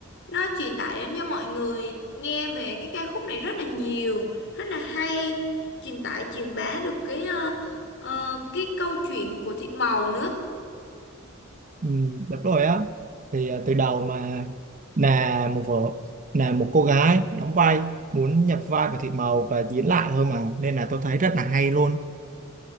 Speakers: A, on the left (about 60°); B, on the right (about 40°).
A: nó truyền tải đến cho mọi người nghe về cái ca khúc này rất là nhiều rất là hay truyền tải truyền bá được cái ờ, ờ, cái câu chuyện của Thị Màu nữa
B: ừ, đúng rồi á thì ờ, từ đầu mà là một vợ là một cô gái đóng vai muốn nhập vai vào Thị Màu và diễn lại thôi mà nên là tôi thấy rất là hay luôn